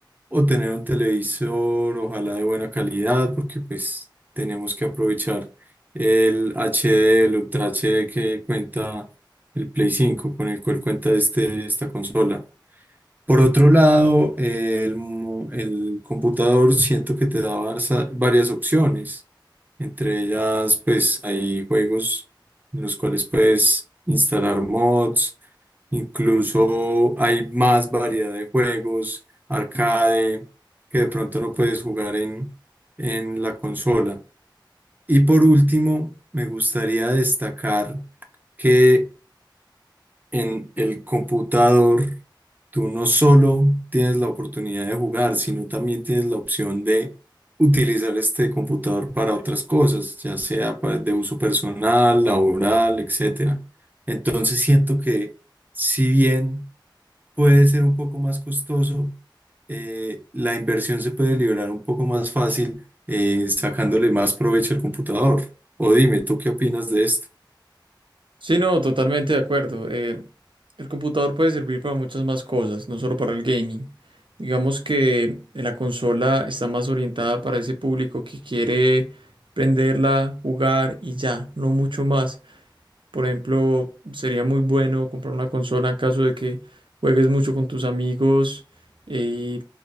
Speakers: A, on the right (about 20°); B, on the right (about 80°).
A: o tener un televisor, ojalá de buena calidad, porque pues tenemos que aprovechar el HD, el Ultra HD que cuenta el Play 5, con el cual cuenta este, esta consola. Por otro lado, eh, el, mo- el computador siento que te da varsa- varias opciones. Entre ellas, pues hay juegos en los cuales puedes instalar mods, incluso hay más variedad de juegos, arcade, que de pronto no puedes jugar en, en la consola. Y por último, me gustaría destacar que en el computador, tú no solo tienes la oportunidad de jugar, sino también tienes la opción de utilizar este computador para otras cosas, ya sea para- de uso personal, laboral, etcétera. Entonces siento que si bien puede ser un poco más costoso, eh, la inversión se puede liberar un poco más fácil eh, sacándole más provecho al computador. O dime, ¿tú qué opinas de esto?
B: Sí, no, totalmente de acuerdo. Eh, el computador puede servir para muchas más cosas, no solo para el gaming. Digamos que la consola está más orientada para ese público que quiere prenderla, jugar y ya, no mucho más. Por ejemplo, sería muy bueno comprar una consola en caso de que juegues mucho con tus amigos y